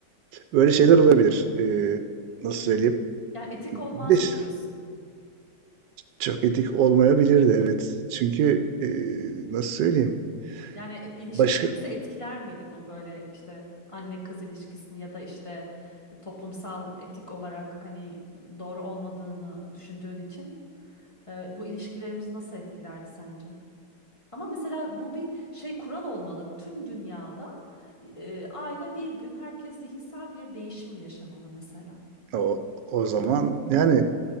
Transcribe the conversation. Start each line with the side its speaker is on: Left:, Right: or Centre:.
Right: Böyle şeyler olabilir. Ee, nasıl söyleyeyim?
Left: Yani etik
Right: Bir
Left: olmaz
Right: de ş-
Left: da diyorsun.
Right: çok etik olmayabilir de evet. Çünkü ee, nasıl söyleyeyim?
Left: Yani e, ilişkilerimizi
Right: Başka
Left: etkiler miydi bu böyle işte anne kız ilişkisini ya da işte toplumsal etik olarak hani doğru olmadığını düşündüğün için e, bu ilişkilerimizi nasıl etkilerdi sence? Ama mesela bu bir şey kural olmalı. Tüm dünyada e, ayda bir gün herkes zihinsel bir değişim yaşamalı mesela.
Right: o, o zaman yani